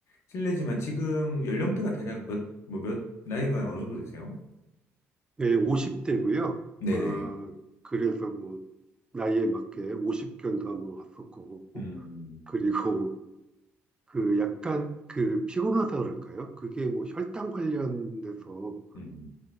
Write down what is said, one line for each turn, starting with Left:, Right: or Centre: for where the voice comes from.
Left: 실례지만 지금 연령대가 대략 몇, 뭐 몇, 나이가 어느 정도 되세요?
Right: 예, 50대고요.
Left: 네네.
Right: 어, 그래서 뭐 나이에 맞게 50견도 한번 왔었고
Left: 음,
Right: 그리고 그 약간 그 피곤하다 그럴까요? 그게 뭐 혈당 관련돼서
Left: 음.